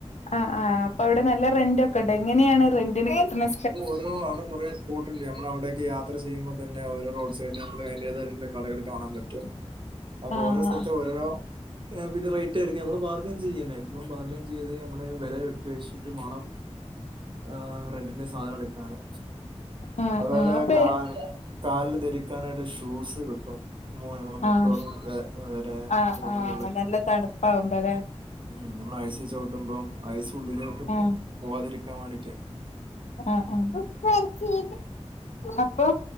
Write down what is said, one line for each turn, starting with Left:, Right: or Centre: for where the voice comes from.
Left: ആഹ് ആഹ് അപ്പൊ അവിടെ നല്ല റെന്റൊക്കെ ഉണ്ടോ എങ്ങനെയാണ് റെന്റിന് കിട്ടുന്നെ
Right: അപ്പ ഓരോ അവിടെ കൊറേ സ്പോട്ടുണ്ട് ഞമ്മള് അവിടേക്ക് യാത്ര ചെയ്യുമ്പോ തന്നെ ഓരോ റോഡ് സൈഡില് ഞമ്മള് അതിന്റേതായിട്ടുള്ള കടകള് കാണാൻ പറ്റും അപ്പൊ
Left: ആഹ്
Right: ഓരോ സ്ഥലത്തും ഓരോരോ പിന്നെ റേറ്റായിരിക്കും നമ്മള് ബാർഗെയ്ൻ ചെയ്യ മാക്സിമം ബാർഗെയ്ൻ ചെയ്ത് നമ്മള് വെല പേശിട്ട് മേണം ആഹ് റെൻ്റിന് സ് സാധനം എടുക്കാന്
Left: ആഹ്
Right: അതുപോലെ
Left: ആഹ് അപ്പൊ
Right: കാ കാലില് ധരിക്കാനായിട്ട് ഷൂസ് കിട്ടും മു- നമ്മളെ മുട്ടോളം
Left: ആഹ്
Right: വെ- വരെ
Left: ആഹ്
Right: നീളമുള്ള
Left: ആഹ് നല്ല തണുപ്പാവുമ്പഴേ
Right: ഉം നമ്മൾ ഐസി ചവിട്ടുമ്പം ഐസ് ഉള്ളിലോട്ട് പോ
Left: ആഹ്
Right: പോവാതിരിക്കാൻ വേണ്ടീട്ട്
Left: ആഹ് ആഹ് അപ്പോ